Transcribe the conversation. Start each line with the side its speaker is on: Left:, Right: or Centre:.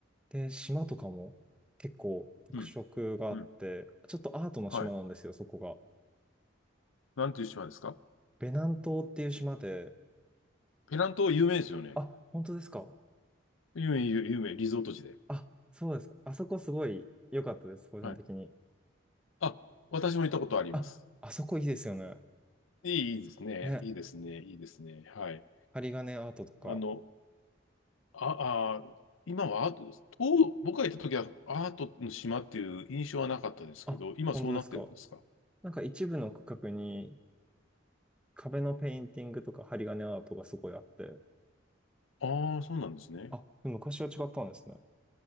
Centre: で、島とかも結構特色があって、
Left: うん。うん。
Centre: ちょっとアートの島なんですよ、
Left: はい。
Centre: そこが。
Left: なんていう島ですか
Centre: ベナン島っていう島で、
Left: ペナン島有名ですよね。
Centre: あ、本当ですか
Left: 有名、有有名、リゾート地で。
Centre: あ、そうですか。あそこすごい良かったです、個人的に。
Left: はい。あ、私も行ったことあります。
Centre: あ、あそこいいですよね。
Left: いい、いいですね。
Centre: ね、
Left: いいですね。いいですね。はい。
Centre: 針金アートとか。
Left: あの、あ、あ、今はアート、と僕が行った時はアートの島っていう印象はなかったですけど、
Centre: あ、
Left: 今そうなってるんですか
Centre: 本当ですか。なんか一部の区画に壁のペインティングとか針金アートがすごいあって。
Left: ああ、そうなんですね。
Centre: あ、昔は違ったんですね。